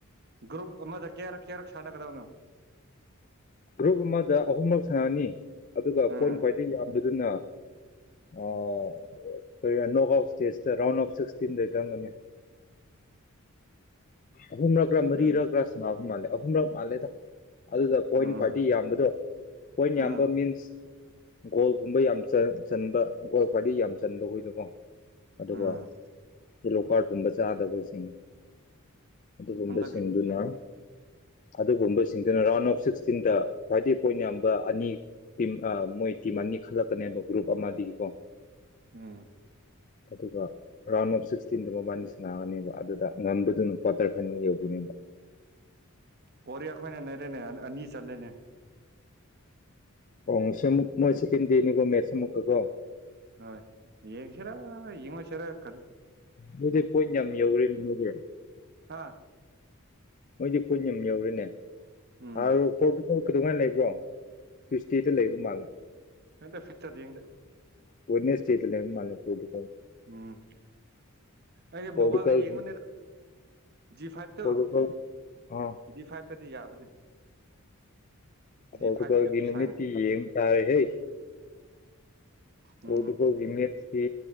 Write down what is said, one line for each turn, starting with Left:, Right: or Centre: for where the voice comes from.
Right: ꯒ꯭ꯔꯨꯞ ꯑꯃꯗ ꯀꯌꯥꯔꯛ ꯀꯌꯥꯔꯛ ꯁꯥꯟꯅꯒꯗꯕꯅꯣ
Left: ꯒ꯭ꯔꯨꯞ ꯑꯃꯗ ꯑꯍꯨꯝꯂꯛ ꯁꯥꯟꯅꯅꯤ ꯑꯗꯨꯒ
Right: ꯎꯝ
Left: ꯄꯣꯏꯟ ꯈ꯭ꯋꯥꯏꯗꯒꯤ ꯌꯥꯝ ꯑꯗꯨꯅ ꯑꯣ
Right: ꯎꯝ
Left: ꯀꯔꯤ ꯍꯥꯏꯅꯣ ꯑꯐ ꯁ꯭ꯇꯦꯖ ꯔꯥꯎꯟ ꯑꯣꯐ ꯁꯤꯛꯁꯇꯤꯟꯗ ꯆꯪꯒꯅꯤ ꯑꯍꯨꯝ ꯔꯛꯔ
Right: ꯌꯥꯟ
Left: ꯃꯔꯤꯔꯛꯔ ꯁꯅꯥꯕ ꯃꯥꯂꯦ ꯑꯍꯨꯝꯔꯛ ꯃꯥꯜꯂꯦꯗ ꯑꯗꯨ ꯄꯣꯏꯟ
Right: ꯎꯝ
Left: ꯈ꯭ꯋꯥꯏꯗꯒꯤ ꯌꯥꯝꯕꯗꯣ ꯄꯣꯏꯟ ꯌꯥꯝꯕ
Right: ꯎꯝ
Left: ꯃꯤꯟꯁ ꯒꯣꯜꯒꯨꯝꯕ ꯌꯥꯝ ꯆꯥ ꯆꯟꯕ ꯒꯣꯜ ꯈ꯭ꯋꯥꯏꯗꯒꯤꯩ ꯌꯥꯝ ꯆꯟꯕ ꯍꯣꯏꯗꯨꯀꯣ ꯑꯗꯨꯒ
Right: ꯎꯝ
Left: ꯌꯦꯂꯣ ꯀꯥꯔꯠ ꯀꯨꯝꯕ ꯆꯥꯗꯕꯁꯤꯡ ꯑꯗꯨꯒꯨꯝꯕꯁꯤꯡꯗꯨꯅ
Right: ꯍꯟꯗꯛꯇꯤ
Left: ꯑꯗꯨꯒꯨꯝꯕꯁꯤꯡꯗꯨꯅ ꯔꯥꯎꯟ ꯑꯣꯐ ꯁꯤꯛꯁ ꯆꯤꯟꯗ ꯈ꯭ꯋꯥꯏꯗꯒꯤ ꯄꯣꯏꯟ ꯌꯥꯝꯕ ꯑꯅꯤ ꯇꯤꯝ ꯃꯣꯏ ꯇꯤꯝ ꯑꯅꯤ ꯈꯜꯂꯛꯀꯅꯦꯕ ꯒ꯭ꯔꯨꯞ ꯑꯃꯗꯤꯀꯣ
Right: ꯎꯝ
Left: ꯑꯗꯨꯒ ꯔꯥꯎꯟ ꯑꯣꯐ ꯁꯤꯛꯁꯇꯤꯟꯗ ꯃꯕꯥꯅꯤ ꯁꯅꯥꯒꯅꯦꯕ ꯑꯗꯨꯗ ꯉꯝꯕꯗꯨꯅ ꯀ꯭ꯋꯥꯇꯔ ꯐꯥꯏꯅꯦꯜ ꯌꯧꯗꯣꯏꯅꯦꯕ
Right: ꯀꯣꯔꯤꯌꯥ ꯈꯣꯏꯅ ꯅꯩꯔꯦꯅꯦ ꯑꯅꯤ ꯆꯠꯂꯦꯅꯦ
Left: ꯄꯣꯡꯁꯦ ꯑꯃꯨꯛ ꯃꯣꯏ ꯁꯦꯀꯦꯟꯗꯦ ꯅꯤꯀꯣ ꯃꯦꯁ ꯑꯥꯃꯨꯛꯀ ꯀꯣ
Right: ꯍꯣꯏ ꯌꯦꯡꯁꯤꯔ ꯌꯦꯉꯣꯢꯁꯤꯔ ꯈꯜꯂꯤ
Left: ꯃꯗꯤ ꯀꯣꯏꯟ ꯌꯥꯝ ꯌꯧꯔꯤ ꯃꯣꯏꯗꯤ
Right: ꯍꯥꯥ
Left: ꯃꯣꯏꯗꯤ ꯀꯣꯏꯠ ꯌꯥꯝ ꯌꯧꯔꯦꯅꯦ
Right: ꯎꯝ
Left: ꯍꯥꯟ ꯄꯣꯔꯇꯨꯒꯟ ꯀꯩꯗꯧꯉꯥꯏꯅ ꯂꯩꯕ꯭ꯔꯣ ꯇꯨꯋꯏꯁꯗꯦꯗ ꯂꯩꯕ ꯃꯥꯜꯂꯦ
Right: ꯍꯗ ꯐꯤꯛꯆꯔ ꯌꯦꯡꯗ
Left: ꯆꯦꯅꯩꯁꯗꯦꯗ ꯂꯩꯕ ꯃꯥꯂꯦ ꯑꯩꯗꯣ
Right: ꯎꯝ ꯑꯩꯁ
Left: ꯄꯣꯔꯇꯨꯒꯜ
Right: ꯃꯣꯕꯥꯏꯜꯗ ꯌꯦꯡꯕꯅꯤꯗ ꯖꯤ ꯐꯥꯏꯚꯇꯨ
Left: ꯄꯣꯔꯇꯨꯒꯜ ꯑꯥ
Right: ꯖꯤ ꯐꯥꯏꯚ ꯀꯗꯤ ꯌꯥꯕꯅꯦ
Left: ꯀꯣꯇꯀꯒꯤꯅꯤꯃꯤꯠꯇꯤ
Right: ꯖꯤ ꯐꯥꯏꯚ ꯑꯦꯞꯁ ꯍꯥꯏꯅ
Left: ꯌꯦꯡ ꯇꯥꯔꯦ ꯍꯦ ꯄꯣꯇꯨꯀꯜꯒꯤꯃꯦꯠꯁꯤ
Right: ꯎꯝ